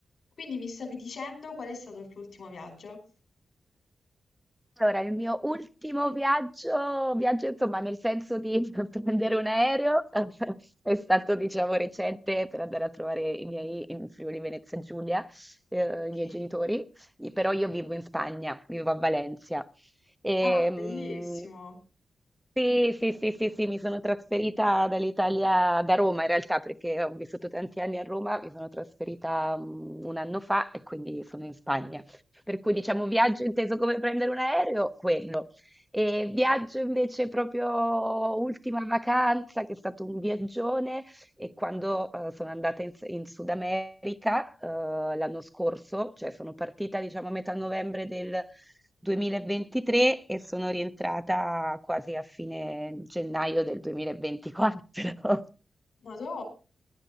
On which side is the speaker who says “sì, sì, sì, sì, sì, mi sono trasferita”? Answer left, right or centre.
Centre